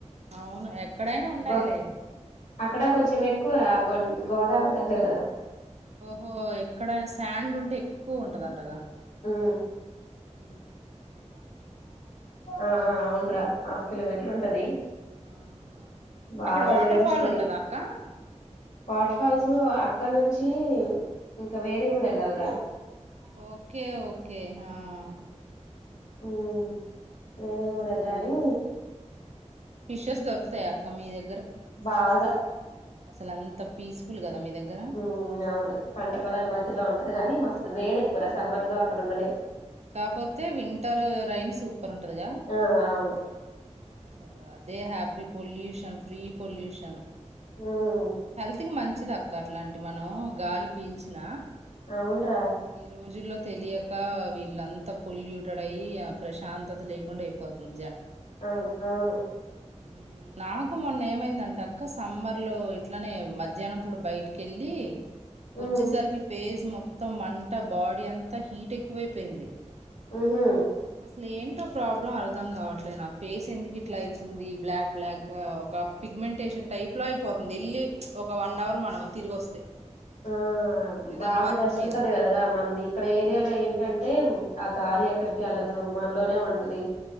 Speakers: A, on the right (about 65°); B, on the left (about 85°).
A: అవును ఎక్కడైనా ఉన్నాయి
B: గో
A: లే
B: అక్కడ కొంచెం ఎక్కువ రా గన్ గోదావరి దగ్గర కదా
A: ఓహో ఎక్కడైనా శాండ్ ఉంటే ఎక్కువ ఉంటదంటగ
B: హు
A: ఊ
B: అ ఆ అవునురా హాఫ్ కిలోమీటర్ ఉంటది
A: ఆహా
B: బాగా
A: అక్కడ వాటర్
B: వేడొస్తది
A: ఫాల్ ఉంటదా అక్క
B: వాటర్ ఫాల్స్ అక్కడ నుంచి చ్చి ఇంకా వేరే ఊరు వెళ్ళాలి రా
A: ఓకే ఓకే హ హ్
B: ఊ వేరే
A: మ్మ్
B: ఊరు వెళ్ళాలి.
A: ఫిషెస్ దొరుకుతాయ అక్క మీ ద్
B: బాగా
A: అసల అంత పీస్ఫుల్ కదా మీ దగ్గర
B: ఉ నైను పంట పొలాల మధ్యలో ఉంటది గాని మస్ వేడి ఎక్కువ్ రా సమ్మర్ లో అక్కడ ఉండలేవ్
A: కాపోతే వింటర్ రైని సూపర్ ఉంటదిగా
B: ఆ అవును
A: అసలు అదే హ్యాపీ పొల్యూషన్ ఫ్రీ పొల్యూషన్
B: ఉమ్
A: హెల్త్ కి మ మంచిది అక్క అట్లాంటి మనం గాలి పీల్చిన
B: అవున్ డ్ర
A: ఈ రోజుల్లో తెలియక వి ఇల్లంతా పొల్యూటెడ్ అయ్యి ఆ ప్రశాంతత లేకుండా అయిపోతుంది.
B: అవును అవును
A: హు, నాకు మొన్న ఏమైందంట అక్క సమ్మర్ లో ఇట్లనే మజ్యనంప్పుడు బయటికెళ్ళి
B: హ్మ్
A: వచ్చేసరికి ఫేజ్ మొత్తం మంట బాడీ అంతా హీట్ ఎక్కువై పింది
B: ఉహు
A: అసలు ఏంటో ప్రాబ్లం అర్ధం కావట్లే నాకు ఫేస్ ఎందుకు ఇట్లా అయితుంది, బ్లాక్ బ్లాక్ గా ఒక ఫిగ్మెంటేషన్ టైప్ లో అయిపోతుంది ఎన్ని చ్ ఒక వన్ అవర్ మనం తిరిగి వస్తే
B: ఆ
A: ఏదన్నా
B: బాగా
A: వర్క్
B: డస్ట్
A: మీద
B: ఉంటది కదరా మంది ఇక్కడ ఏరియాలో ఏంటం టేం ఆ గాలి ఎక్కడికి ఎళ్లదు మనలోనే ఉంటది,